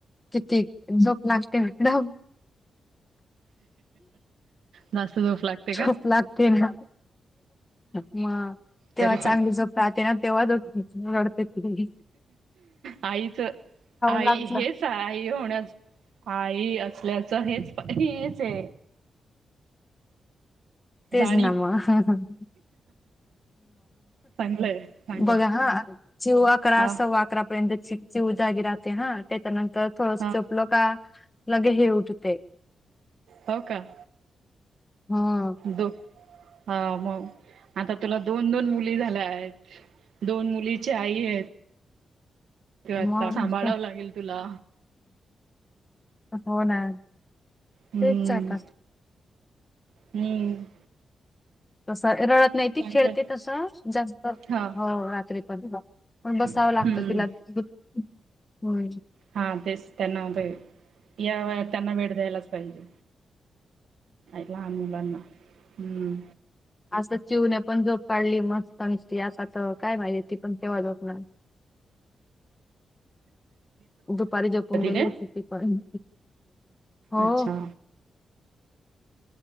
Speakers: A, on the left; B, on the right.
A: किती? झोप लागते ना. राहू.
B: जास्त झोप लागते
A: झोप
B: का
A: लागते ना. म. तेवा
B: तरी
A: चांगली
B: पण
A: झोप राहते ना, तेव्हाच उठते. रडते. रिकामा ऑडिओ
B: आईच आई
A: लाग
B: हेच आई होण्यास आई असल्यास हेच हेच आहे
A: तेच
B: जाणीव
A: ना मग
B: चांगलंय चांगलं
A: बघा हा जिव अकरा
B: हा
A: सव्वा अकरा पर्यंत चिऊ जागी राहते हा त्याच्या नं तर थोडस
B: हा
A: झोपलो का लगे ही उठते
B: हो का
A: हा
B: दो हा मग आता तुला दोन दोन मुली झाल्या आहेत दोन मुलीची आई आहेस तू आता
A: मग
B: सांभाळावं लागेल तुला
A: हो ना
B: हम्म
A: तेच आता
B: हम्म
A: तस रडत नाहीती
B: चांगलंय
A: खेळते तस जास्त
B: हा
A: हो रात्री प पण बसावं
B: हम्म
A: लागतं तिला दु हम
B: हा तेच त्यांना ते ह्या वयात त्यांना वेळ द्यायलाच पाहिजे लहान मुलांना हम्म
A: असं चिवने पण झोप काढली मग सावित्री आता त काय माहित ती पण तेव्हा जात नाय दुपारी झोपून गेले
B: तिने
A: होती ती पण हो
B: अच्छा